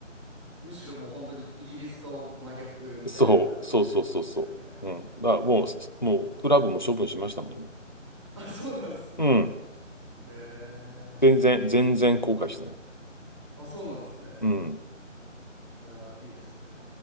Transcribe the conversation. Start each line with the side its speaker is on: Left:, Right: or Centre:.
Right: むしろもう本当にイギリスと真逆みたいな感じでってことですよね。
Left: そう、そうそうそうそう。うん。だからもう、
Right: へえ。
Left: すもう、クラブも処分しましたもんね。
Right: あ、そうなんですね。
Left: うん。
Right: へ
Left: 全然、
Right: え。
Left: 全然後悔してない。
Right: あ、そうなんですね。
Left: うん。
Right: いやー、いいですね。